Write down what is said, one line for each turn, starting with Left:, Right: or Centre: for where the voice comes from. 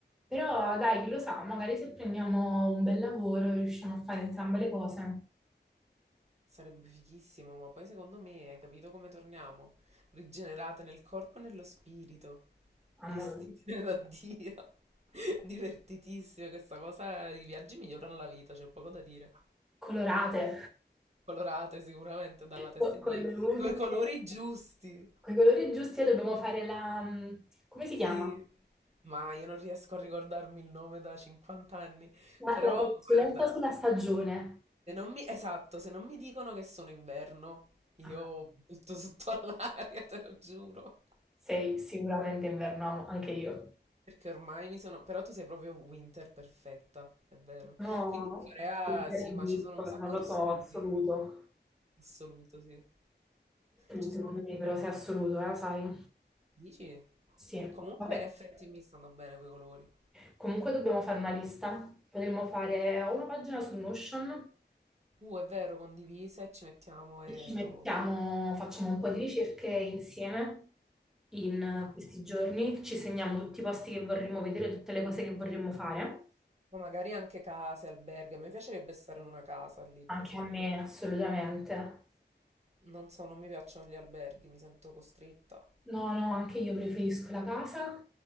Centre: Però dai, chi lo sa, magari se prendiamo un bel lavoro riusciamo a fare entrambe le cose.
Right: Sarebbe fighissimo, ma poi secondo me hai capito come torniamo? Rigenerate nel corpo e nello spirito,
Centre: Amore,
Right: vestite da Dio. <laughs> Divertitissime, questa cosa, i viaggi migliorano la vita, c'è poco da dire.
Centre: colorate,
Right: Colorate sicuramente dalla testa
Centre: co-
Right: ai
Centre: con
Right: piedi,
Centre: le unghie,
Right: coi colori giusti.
Centre: con i colori giusti e dobbiamo fare la... come
Right: Sì.
Centre: si chiama?
Right: Ma io non riesco a ricordarmi il nome da 50 anni,
Centre: La,
Right: però
Centre: la consulenza
Right: guarda,
Centre: sulla stagione.
Right: se non mi, esatto, se non mi dicono che sono inverno, io
Centre: Ah,
Right: butto sotto all'aria, <laughs> te lo giuro.
Centre: sei sicuramente inverno, anche io.
Right: Perché ormai mi sono... Però tu sei proprio winter perfetta, è vero.
Centre: No,
Right: Quindi in Corea
Centre: un verdicto,
Right: sì, ma ci sono un sacco
Centre: non lo
Right: di
Centre: so,
Right: studi.
Centre: assoluto.
Right: Assoluto, sì. Ci
Centre: Secondo
Right: sono...
Centre: me però sei assoluto, eh, sai?
Right: Dici?
Centre: Sì,
Right: Comunque
Centre: vabbè.
Right: in effetti mi stanno bene quei colori.
Centre: Comunque dobbiamo fare una lista. Potremmo fare una pagina su Notion
Right: Uh, è vero, condivise e ci mettiamo e
Centre: e ci mettiamo,
Right: lo...
Centre: facciamo un po' di ricerche insieme in
Right: Guarda.
Centre: questi giorni, ci segniamo tutti i posti che vorremmo vedere, tutte le cose che vorremmo fare.
Right: Ma magari anche case, alberghi. A me piacerebbe stare in una casa lì, per
Centre: Anche
Right: esempio.
Centre: a me, assolutamente.
Right: Non so, non mi piacciono gli alberghi, mi sento costretta.
Centre: No, no, anche io preferisco la casa